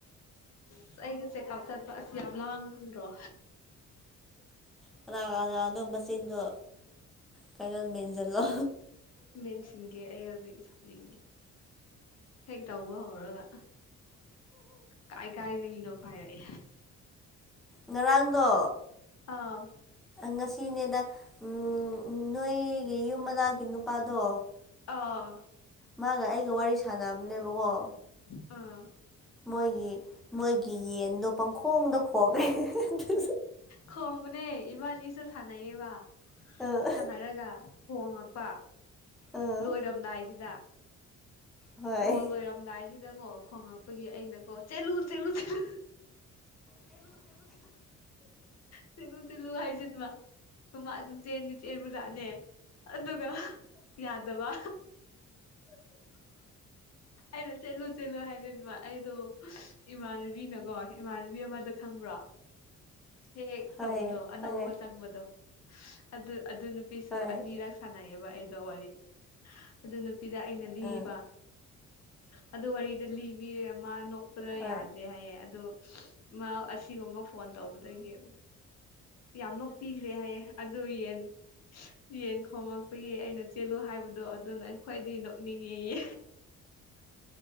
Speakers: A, on the left (about 60°); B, in the centre.
A: ꯑꯁ ꯑꯩꯒꯤ ꯆꯦꯛꯀꯞ ꯆꯠꯄ ꯑꯁ ꯌꯥꯝ ꯂꯥꯡꯗ꯭ꯔꯣ
B: ꯀꯅꯥ ꯀꯅꯥꯅꯣ ꯃꯆꯤꯟꯗꯣ ꯀꯩꯅꯣ ꯃꯦꯟꯁꯤꯜꯂꯣ
A: ꯃꯦꯟꯁꯤꯟꯒꯦ ꯑꯩ ꯍꯧꯖꯤꯛ ꯁꯥꯎ ꯅꯤꯡꯉꯤ ꯍꯦꯛ ꯇꯧꯕ ꯍꯧꯔꯒ ꯀꯥꯏ ꯀꯥꯏꯗꯒꯤꯅꯣ ꯄꯥꯏꯔꯛꯑꯦ
B: ꯉꯔꯥꯡꯗꯣ
A: ꯑꯥ
B: ꯉꯁꯤꯅꯦꯗ ꯎꯝ ꯎꯝ ꯅꯣꯏꯒꯤ ꯌꯨꯝ ꯃꯅꯥꯛꯒꯤ ꯅꯨꯄꯥꯗꯣ
A: ꯑꯥ
B: ꯃꯥꯒ ꯑꯩꯒ ꯋꯥꯔꯤ ꯁꯥꯟꯅꯕꯅꯦꯕꯀꯣ
A: ꯑꯥ
B: ꯃꯣꯏꯒꯤ ꯃꯣꯏꯒꯤ ꯌꯦꯟꯗꯣ ꯄꯪꯈꯣꯡꯗ ꯈꯣꯡꯉꯦ ꯑꯗꯨ
A: ꯈꯣꯡꯕꯅꯦ ꯏꯕꯥꯟꯅꯤꯁꯨ ꯁꯥꯟꯅꯩꯌꯦꯕ
B: ꯑꯥ
A: ꯁꯥꯟꯅꯔꯒ ꯈꯣꯉꯛꯄ ꯀꯣꯜ
B: ꯑꯥ
A: ꯂꯣꯏꯔꯝꯗꯥꯏꯁꯤꯗ
B: ꯍꯣꯏ
A: ꯀꯣꯜ ꯂꯣꯏꯔꯝ ꯂꯣꯏꯔꯝꯗꯥꯏꯁꯤꯗꯀꯣ ꯈꯣꯡꯉꯛꯄꯒꯤ ꯑꯩꯅ ꯀꯣ ꯆꯦꯜꯂꯨ ꯆꯦꯜꯂꯨ ꯆꯦꯜꯂꯨ
B: ꯆꯦꯜꯂꯨ ꯆꯦꯜꯂꯨ
A: ꯆꯦꯜꯂꯨ ꯆꯦꯜꯂꯨ ꯍꯥꯏꯖꯤꯟꯕ ꯃꯥ ꯑꯗꯨꯝ ꯆꯦꯟꯗꯤ ꯆꯦꯟꯕ ꯖꯥꯠꯅꯦ ꯑꯗꯨꯒ ꯌꯥꯗꯕ ꯑꯩꯅ ꯆꯦꯜꯂꯨ ꯆꯦꯜꯂꯨ ꯍꯥꯏꯖꯤꯟꯕ ꯑꯩꯗꯣ ꯏꯃꯥꯟꯅꯕꯤꯅꯀꯣ ꯏꯃꯥꯟꯅꯕꯤ ꯑꯃꯗꯣ ꯈꯪꯕ꯭ꯔꯣ ꯍꯦꯛ ꯍꯦꯛ
B: ꯍꯣꯏ
A: ꯇꯧꯕꯗꯣ ꯑꯅꯧꯕ
B: ꯈꯪꯉꯦ
A: ꯆꯪꯕꯗꯣ ꯑꯗꯨ ꯑꯗꯨ ꯅꯨꯄꯤꯁꯨ
B: ꯍꯣꯏ
A: ꯑꯅꯤꯔꯛ ꯁꯥꯟꯅꯩꯌꯦꯕ ꯑꯩꯗꯣ ꯋꯥꯔꯤ ꯑꯗꯨ ꯅꯨꯄꯤꯗ ꯑꯩꯅ ꯂꯤꯕ
B: ꯑꯥ
A: ꯑꯗꯨ ꯋꯥꯔꯤꯗꯣ ꯂꯤꯕꯤꯔꯦ ꯃꯥ ꯅꯣꯛꯄꯗ
B: ꯍꯣꯏ
A: ꯌꯥ- ꯗ꯭ꯔꯦ ꯍꯥꯏꯌꯦ ꯑꯗꯣ ꯃꯥ ꯑꯁꯤꯒꯨꯝꯕ ꯐꯣꯟ ꯇꯧꯕꯗꯒꯤ ꯌꯥꯝꯅ ꯅꯣꯛꯄꯤꯈ꯭ꯔꯦ ꯍꯥꯏꯌꯦ ꯑꯗꯨ ꯌꯦꯟ ꯌꯦꯟ ꯈꯣꯉꯛꯄꯒꯤ ꯑꯩꯅ ꯆꯦꯜꯂꯨ ꯍꯥꯏꯕꯗꯣ ꯑꯗꯨꯅ ꯈꯋ꯭ꯥꯏꯗꯒꯤ ꯅꯣꯛꯅꯤꯡꯉꯦꯌꯦ